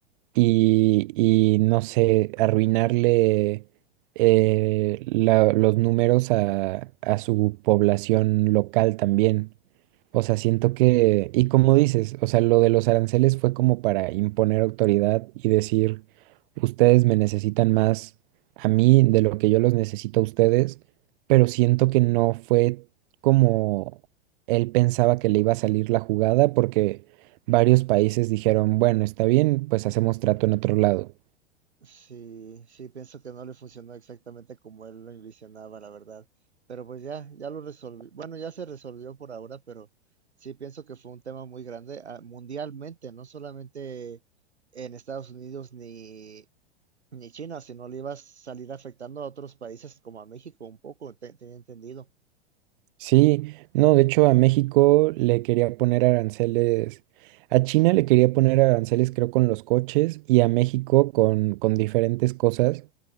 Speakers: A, on the right (about 50°); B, on the right (about 80°).
A: y, y, no sé, arruinarle eh, la- los números a, a su población local también. O sea, siento que, y como dices, o sea, lo de los aranceles fue como para imponer autoridad y decir, ustedes me necesitan más a mí de lo que yo los necesito a ustedes, pero siento que no fue como él pensaba que le iba a salir la jugada porque varios países dijeron, bueno, está bien, pues hacemos trato en otro lado.
B: Sí, sí, pienso que no le funcionó exactamente como él lo envisionaba, la verdad. Pero pues ya, ya lo resolví. Bueno, ya se resolvió por ahora, pero sí pienso que fue un tema muy grande ah, mundialmente, no solamente en Estados Unidos ni, ni China, sino le iba a salir afectando a otros países como a México un poco, te- tenía entendido.
A: Sí, no, de hecho a México le quería poner aranceles, a China le quería poner aranceles creo con los coches y a México con, con diferentes cosas,